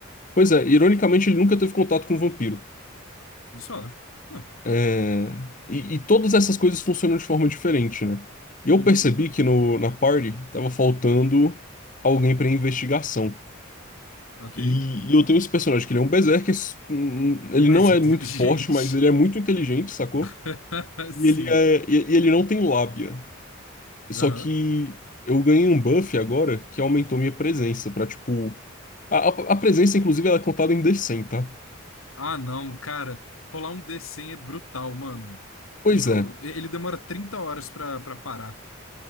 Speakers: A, on the left; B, on the left.
A: Pois é, ironicamente, ele nunca teve contato com o vampiro.
B: Só. Ah,
A: É, e, e todas essas coisas funcionam de forma diferente, né? E eu
B: uhum.
A: percebi que no, na party tava faltando alguém pra investigação.
B: Ok.
A: E, e eu tenho esse personagem que ele é um berserker, s- hum, ele
B: Mais
A: não
B: <laughs>
A: é
B: inteligente.
A: muito forte, mas ele é muito inteligente, sacou?
B: <laughs> Sim.
A: E ele, é, e, e ele não tem lábia. Só
B: Aham.
A: que eu ganhei um buff agora que aumentou minha presença pra, tipo... A, a, a presença, inclusive, ela é contada em D100, tá?
B: Ah, não, cara. Rolar um D100 é brutal, mano.
A: Pois
B: Deixa eu...
A: é.
B: Ele demora 30 horas pra, pra parar.